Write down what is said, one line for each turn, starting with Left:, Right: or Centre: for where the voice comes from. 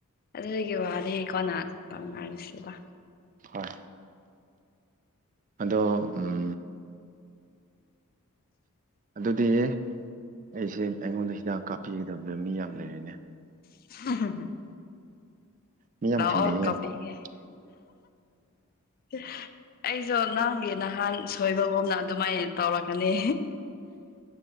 Left: ꯑꯗꯨꯒꯤ ꯋꯥꯅꯤ ꯀꯣꯅ ꯄꯥꯅꯔꯁꯤꯕ
Right: ꯍꯣꯏ ꯑꯗꯣ ꯎꯝ ꯑꯗꯨꯗꯤ ꯑꯩꯁꯦ ꯑꯩꯉꯣꯟꯗ ꯍꯤꯗꯥꯛ ꯀꯥꯞꯄꯤꯒꯗꯕꯗ ꯃꯤ ꯌꯥꯝ ꯂꯩꯔꯦꯅꯦ
Left: <inaudible>
Right: ꯃꯤ ꯌꯥꯝ
Left: ꯂꯑꯣ
Right: ꯊꯦꯡꯅꯩꯌꯦ
Left: ꯀꯥꯞꯄꯤꯒꯦ
Right: <inaudible>
Left: ꯍ <inaudible> ꯑꯩꯁꯨ ꯅꯪꯒꯤ ꯅꯍꯥꯟ ꯁꯣꯏꯕꯒꯨꯝꯅ ꯑꯗꯨꯃꯥꯏꯅ ꯇꯧꯔꯛꯀꯅꯤ